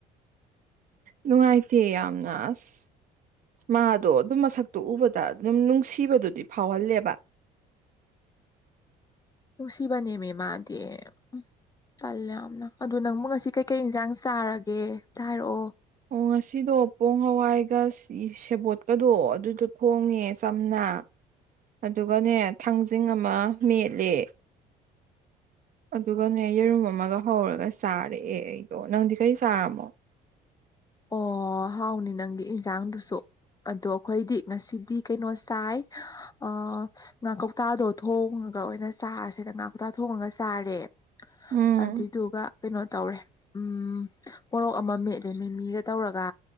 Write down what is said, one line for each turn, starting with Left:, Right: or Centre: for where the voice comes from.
Right: ꯅꯨꯡꯉꯥꯏꯇꯦ ꯌꯥꯝꯅ ꯑꯁ ꯃꯥꯗꯣ ꯑꯗꯨꯝ ꯃꯁꯛꯇꯣ ꯎꯕꯗ ꯑꯗꯨꯝ ꯅꯨꯡꯁꯤꯕꯗꯨꯗꯤ ꯐꯥꯎꯍꯜꯂꯦꯕ <inaudible>
Left: ꯅꯨꯡꯁꯤꯕꯅꯦꯃꯤ ꯃꯥꯗꯤ ꯎ ꯆꯜꯂꯦ ꯌꯥꯝꯅ ꯑꯗꯣ ꯅꯪꯕꯨ ꯉꯁꯤ ꯀꯩꯀꯩ ꯏꯟꯁꯥꯡ ꯆꯥꯔꯒꯦ ꯑꯝꯇ ꯍꯥꯏꯔꯛꯑꯣ
Right: ꯑꯣ ꯉꯁꯤꯗꯣ ꯄꯣꯡ ꯍꯋꯥꯏꯒ ꯁꯦꯕꯣꯠꯀꯗꯣ ꯑꯗꯨꯗꯣ ꯊꯣꯡꯉꯦ ꯆꯝꯅ ꯑꯗꯨꯒꯅꯦ ꯊꯥꯡꯖꯤꯡ ꯑꯃ ꯃꯦꯠꯂꯦ ꯑꯗꯨꯒꯅꯦ ꯌꯦꯔꯨꯝ ꯑꯃꯒ ꯍꯧꯔꯒ ꯆꯥꯔꯛꯑꯦ ꯑꯩꯗꯣ ꯅꯪꯗꯤ ꯀꯔꯤ ꯆꯥꯔꯝꯃꯣ
Left: ꯑꯣ ꯍꯥꯎꯅꯤ ꯅꯪꯒꯤ ꯏꯟꯁꯥꯡꯗꯨꯁꯨ ꯑꯗꯣ ꯑꯩꯈꯣꯏꯗꯤ ꯉꯁꯤꯗꯤ ꯀꯩꯅꯣ ꯆꯥꯏ ꯑ ꯉꯥ ꯀꯧꯇꯥꯗꯣ ꯊꯣꯡꯉꯒ ꯑꯣꯏꯅ ꯆꯥꯔꯁꯦꯅ ꯉꯥ ꯀꯧꯇꯥ ꯊꯣꯡꯉꯒ ꯆꯥꯔꯦ
Right: ꯎꯝ
Left: ꯑꯗꯨꯏꯗꯨꯒ ꯀꯩꯅꯣ ꯇꯧꯔꯦ ꯎꯝ ꯃꯣꯔꯣꯛ ꯑꯃ ꯃꯦꯠꯂꯦ ꯃꯤ ꯃꯤꯒ ꯇꯧꯔꯒ